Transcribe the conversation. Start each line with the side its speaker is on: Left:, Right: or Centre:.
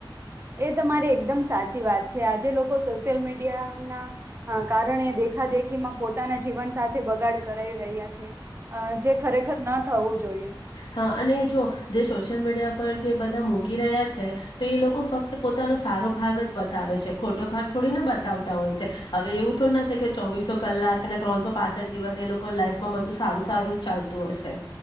Right: એ તમારી એકદમ સાચી વાત છે આજે લોકો સોશિયલ મીડિયા ના કારણે દેખા દેખી માં પોતાના જીવન સાથે બગાડ કરાઈ રહ્યા છે. અ જે ખરેખર ન થવું જો
Left: હા અને. જો જે સોશિયલ મીડિયા પર જે બધા મૂકી રહ્યા છે તો એ લોકો ફક્ત પોતાનો સારો ભાગ. બતાવે છે ખોટો ભાગ થોડી ના બતાવતા હોય છે હવે એવું થોડ ના છે કે ચોવીસો કલાક ને ત્રણસો પાસઠ દિવસ એ લોકો લાઈફમાં બધું સારું સારું જ ચાલતું હશે.